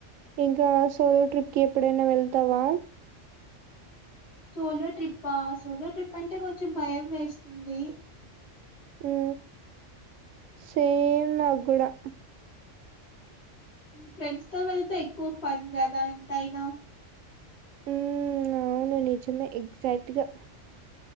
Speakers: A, on the right (about 90°); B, on the left (about 50°).
A: ఇంకా సోయో ట్రిప్ కి ఎప్పుడైనా వెళ్తావా
B: సోలో ట్రిప్ప సోలో ట్రిప్ అంటే కొంచెం భయం వేస్తుంది
A: ఉ సేమ్ నాగుడా
B: ఫ్రెండ్స్ తో వెళ్తే ఎక్కువ ఫన్ కదా ఎంతయినా
A: ఉ అవును నిజమే ఎగ్జాక్ట్గా